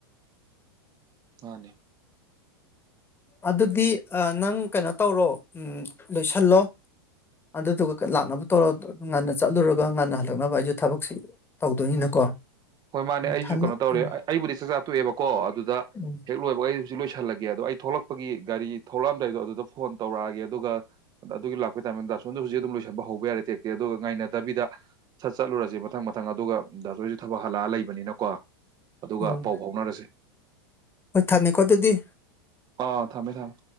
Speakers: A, on the right; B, on the left.
A: ꯃꯥꯅꯦ
B: ꯑꯗꯨꯗꯤ ꯅꯪ ꯀꯩꯅꯣ ꯇꯧꯔꯣ ꯂꯣꯏꯁꯤꯜꯂꯣ ꯑꯗꯨꯗꯨꯒ ꯂꯥꯛꯅꯕ ꯇꯧꯔꯣ ꯉꯟꯅ ꯆꯠꯂꯨꯔꯒ ꯉꯟꯅ ꯍꯜꯂꯛꯅꯕ ꯑꯩꯁꯨ ꯊꯕꯛꯁꯤ ꯇꯧꯗꯣꯏꯅꯤꯅꯀꯣ
A: ꯑꯣ ꯍꯣꯏ ꯃꯥꯅꯦ
B: ꯎꯝ
A: ꯑꯩꯁꯨ
B: ꯊꯝꯃ
A: ꯀꯩꯅꯣ ꯇꯧꯔꯦ
B: ꯎꯝ
A: ꯑꯩꯕꯨꯗꯤ ꯆꯥꯛꯆꯥ ꯇꯣꯛꯑꯦꯕꯀꯣ ꯑꯗꯨꯗ
B: ꯎꯝ
A: ꯍꯦꯛ ꯂꯣꯏ ꯑꯩ ꯍꯧꯖꯤꯛ ꯂꯣꯏꯁꯤꯜꯂꯒꯦ ꯑꯗꯣ ꯑꯩ ꯍꯧꯖꯤꯛ ꯊꯣꯛꯂꯛꯄꯒꯤ ꯒꯥꯔꯤ ꯊꯣꯛꯂꯛꯑꯝꯗꯥꯏꯗꯣ ꯑꯗꯨꯗ ꯐꯣꯟ ꯇꯧꯔꯛꯑꯒꯦ ꯑꯗꯨꯒ ꯑꯗꯨꯒꯤ ꯂꯥꯛꯄꯒꯤ ꯇꯥꯏꯃꯤꯡꯗ ꯑꯁꯣꯝꯗ ꯍꯧꯖꯤꯛ ꯑꯗꯨꯝ ꯂꯣꯏꯁꯤꯟꯕ ꯍꯧꯕ ꯌꯥꯔꯦ ꯇꯦꯛꯇꯦꯛ ꯑꯗꯨꯒ ꯉꯥꯏꯅꯗꯕꯤꯗ ꯁꯠ ꯆꯠꯂꯨꯔꯁꯦꯕ ꯃꯊꯪ ꯃꯊꯪ ꯑꯗꯨꯒ ꯑꯗꯣꯁꯨ ꯊꯕꯛ ꯍꯜꯂꯛꯑ ꯂꯩꯕꯅꯤꯅꯀꯣ ꯑꯗꯨꯒ
B: ꯎꯝ
A: ꯄꯥꯎ ꯐꯥꯎꯅꯔꯁꯦ
B: ꯍꯣꯏ ꯊꯝꯃꯦꯀꯣ ꯑꯗꯨꯗꯤ
A: ꯑꯥ ꯊꯝꯃꯦ ꯊꯝꯃꯦ